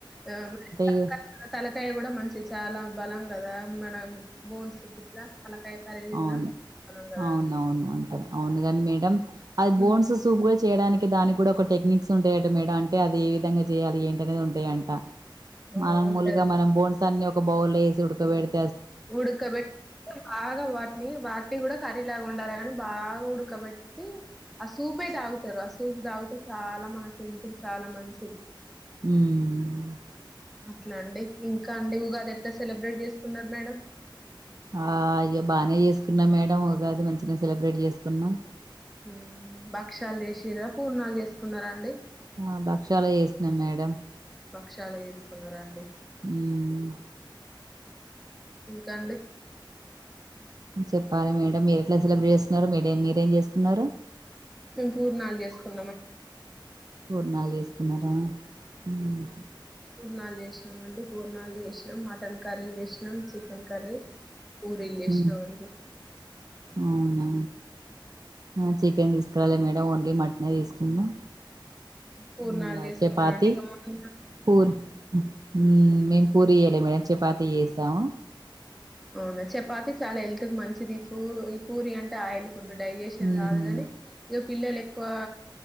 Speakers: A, in the centre; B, on the right (about 50°).
A: ఆ మరి
B: ఇగ
A: తలకాయ కూడా మంచిది చాలా బలంగా దా మన బోన్స్ గిట్లా తలకాయ కర్రీ తిన్నా
B: అవును
A: బలం కదా
B: అవునవును
A: అండి
B: అంటారు అవునుగాని మేడం అది బోన్స్
A: ఉమ్
B: సూప్ గా జే చేయడానికి దానికి కూడా ఒక టెక్నిక్స్ ఉంటాయట మేడం అంటే అది ఏ విధంగా చేయాలి ఏంటనేది ఉంటాయంట
A: ఆ
B: మనం
A: ఉంటది
B: ముూలుగా మనం బోన్స్ తాన్ని ఒక బౌల్ వేసి ఉడకవేడతా
A: ఉడుకబట్ ఆగా వాట్ ట్ని వాటినీ కూడా కర్రీ లాగా వండాలి కాని బాగా ఉడకబేట్టి ఆ సూపే తాగుతారు ఆ సూప్ తాగితే చాలా మనకు హెల్త్ కి చాలా మంచిది
B: ఉమ్
A: అట్లా అండి ఇంకా అండి ఉగాది ఎట్లా సెలబ్రేట్ చేసుకున్నారు మేడం అ
B: ఆ ఇగ బానే చేసుకున్నామ్ మేడం ఉగాది మంచిగానే సెలబ్రేట్ చేసుకున్నాం
A: ఉమ్ భక్షలు చేసిర్ర పూర్ణాలు చేసుకున్నరా అండి
B: ఆ బక్షాలే చేసుకున్నాం మేడం
A: భక్షాలే చేసుకున్నర అండి
B: మ్మ్
A: ఇంక అండి
B: చెప్పాలి మేడం మీరు ఎట్లా సెలబ్రేట్ చేస్కూన్నారు మీరేమ్ మీరేం చేసుకున్నారు
A: మేము పూర్ణాలు చేసుకున్నాం అన్
B: పూర్ణాలు చేసుకున్నారా మ్మ్
A: పూర్ణాలు చేసినాము అండి పూర్నాలు చేసినాం మటన్ కర్రీ చేసినాం చికెన్ కర్రీ పూరిలు చేసినం
B: మ్మ్
A: అండి
B: అవునా నువ్ చికెన్ తీసుకురాలే మేడం ఓన్లీ మటనే తీసుకున్నాం
A: పూర్ణాలు
B: హ్మ్. ఇగ
A: చేసుకున్నా
B: చపాతి
A: అండి ఇగ <inaudible>
B: పూరి మ్మ్ మేము పూరి చెయ్ లే మేడం చపాతీ చేశాం
A: అవునా చపాతి చాలా హెల్త్ కి మంచిది పూ ఈ పూరి అంటే ఆయిల్ ఫుడ్ డైజెషన్
B: ఉమ్
A: కాదు కానీ ఇగ పిల్లలె క్కువ